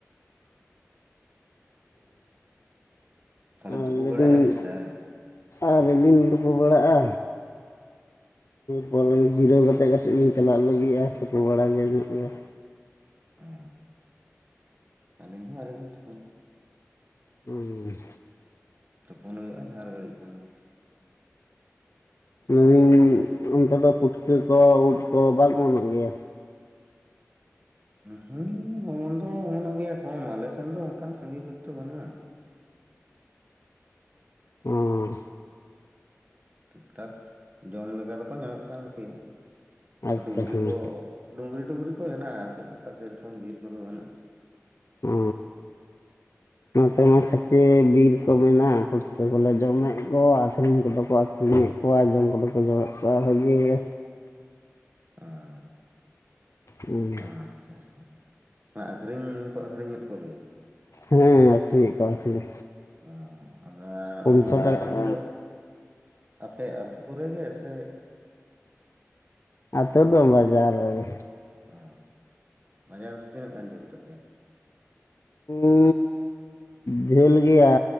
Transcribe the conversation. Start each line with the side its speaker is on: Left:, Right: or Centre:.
Right: ᱛᱟᱦᱚᱞᱮ
Left: ᱦᱮᱸ ᱟᱨ
Right: ᱛᱩᱯᱩ
Left: ᱞᱮᱫᱤᱧ
Right: ᱵᱟᱲᱟᱭ ᱱᱟᱵᱤᱱ ᱥᱮ ᱟᱹᱣᱨᱤ
Left: ᱟᱣᱨᱤ ᱞᱤᱧ ᱛᱩᱯᱩ ᱵᱟᱲᱟᱜᱼᱟ ᱯᱚᱨᱮᱧ ᱡᱤᱨᱟᱹᱣ ᱠᱟᱛᱮᱫ ᱠᱟᱹᱴᱤᱡ ᱞᱤᱧ ᱪᱟᱞᱟᱜ ᱞᱟᱹᱜᱤᱫᱼᱟ ᱛᱩᱯᱩ ᱵᱟᱲᱟ ᱜᱮ ᱾
Right: ᱟ ᱟᱞᱤᱧ ᱦᱚᱸ ᱟᱹᱣᱨᱤ ᱞᱤᱧ ᱛᱩᱯᱩᱱᱟ ᱾
Left: ᱦᱩᱸ
Right: ᱛᱩᱯᱩᱱ ᱦᱩᱭᱩᱜᱼᱟ ᱟᱨ ᱜᱷᱟᱹᱲᱤᱡ ᱠᱷᱟᱱ ᱜᱮ
Left: ᱢᱮᱱ ᱫᱟᱹᱧ ᱚᱱᱛᱮ ᱫᱚ ᱯᱩᱴᱠᱟᱹ ᱠᱚ ᱩᱫ ᱠᱚ ᱵᱟᱝ ᱚᱢᱚᱱᱚᱜ ᱜᱮᱭᱟ?
Right: ᱦᱮ ᱚᱢᱚᱱ ᱫᱚ ᱚᱢᱚᱱᱚᱜ ᱜᱮᱭᱟ ᱠᱚᱢ ᱟᱞᱮ ᱥᱮᱱ ᱫᱚ ᱚᱱᱠᱟᱱ ᱥᱟᱸᱜᱮ ᱵᱤᱨ ᱫᱚ ᱵᱟᱹᱱᱩᱜᱼᱟ᱾
Left: ᱚ
Right: ᱴᱷᱤᱠ ᱴᱷᱟᱠ ᱡᱚᱢ ᱞᱮᱠᱟ ᱫᱚᱠᱚ ᱧᱟᱢᱚᱜ ᱠᱟᱱ ᱜᱮᱭᱟ
Left: ᱟᱪᱪᱷᱟ
Right: ᱰᱩᱝᱨᱤ
Left: ᱦᱮᱸ
Right: ᱠᱚ᱾ ᱰᱩᱝᱨᱤ ᱰᱩᱝᱨᱤ ᱠᱚ ᱦᱮᱱᱟᱜᱼᱟ ᱟᱨᱠᱤ ᱚᱱᱠᱟ ᱥᱮᱨᱚᱠᱚᱢ ᱵᱤᱨ ᱠᱚᱫᱚ ᱵᱟᱹᱱᱩᱜᱼᱟ᱾
Left: ᱚ ᱱᱚᱛᱮ ᱢᱟ ᱠᱷᱟᱪᱮ ᱵᱤᱨ ᱠᱚ ᱢᱮᱱᱟᱜ ᱯᱩᱴᱠᱟᱹ ᱠᱚᱞᱮ ᱡᱚᱢᱮᱫ ᱠᱚ ᱟᱹᱠᱷᱨᱤᱧ ᱠᱚᱫᱚ ᱠᱚ ᱟᱠᱷᱨᱤ ᱤᱧ ᱮᱫ ᱠᱚᱣᱟ ᱡᱚᱢ ᱠᱚᱫᱚ ᱠᱚ ᱡᱚᱢᱮᱫ ᱠᱚᱣᱟ ᱵᱷᱟᱜᱤ ᱜᱮ
Right: ᱟ
Left: ᱦᱩᱸ
Right: ᱟᱪᱪᱷᱟ ᱟᱪᱪᱷᱟ ᱟ ᱟᱠᱷᱨᱤᱧ ᱦᱚᱸᱠᱚ ᱟᱠᱷᱨᱤᱧᱮᱫ ᱠᱚ ᱜᱮᱭᱟ
Left: ᱦᱮᱸ ᱟᱹᱠᱷᱨᱤᱧᱮᱫ ᱠᱚᱣᱟ ᱟᱹᱠᱷᱨᱤᱧ
Right: ᱚ ᱟᱫᱚ
Left: ᱯᱩᱱᱥᱚ ᱴᱟᱠᱟ
Right: ᱟᱠᱷᱨᱤᱧ ᱫᱚ ᱟᱯᱮ ᱟᱛᱳ ᱠᱚᱨᱮ ᱜᱮ ᱥᱮ
Left: ᱟᱹᱛᱩ ᱫᱚ ᱵᱟᱝ ᱵᱟᱡᱟᱨ ᱨᱮ ᱜᱮ
Right: ᱚ ᱵᱟᱡᱟᱨ ᱫᱚ ᱛᱤᱱᱟᱹᱜ ᱜᱟᱱ ᱡᱷᱟᱹᱞ ᱛᱟᱯᱮᱭᱟ?
Left: ᱩ ᱡᱷᱟᱹᱞ ᱜᱮᱭᱟ